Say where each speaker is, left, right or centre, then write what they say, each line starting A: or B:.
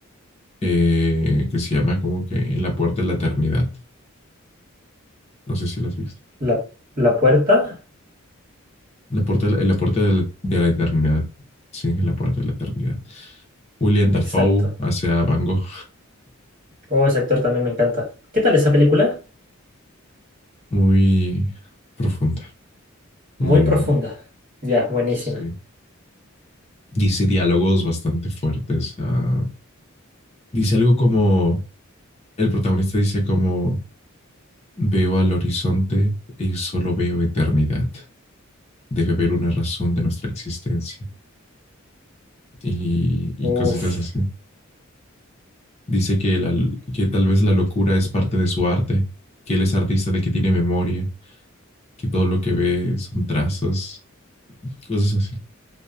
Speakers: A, on the left; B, on the right.
A: eh, que se llama como que En la puerta de la eternidad. No sé si la has visto.
B: La, la puerta,
A: La puerta, en la puerta de la, de la eternidad. Sí, en la puerta de la eternidad. William Dafoe
B: exacto.
A: hacia Van Gogh.
B: Oh, ese actor también me encanta. ¿Qué tal esa película?
A: Muy profunda, muy...
B: Muy profunda. Ya, buenísima.
A: Sí. Dice diálogos bastante fuertes. ah, dice algo como... El protagonista dice como... Veo al horizonte y solo veo eternidad. Debe haber una razón de nuestra existencia. Y, y
B: Uf,
A: cositas así. Dice que, la- que tal vez la locura es parte de su arte, que él es artista de que tiene memoria, que todo lo que ve son trazos, cosas así,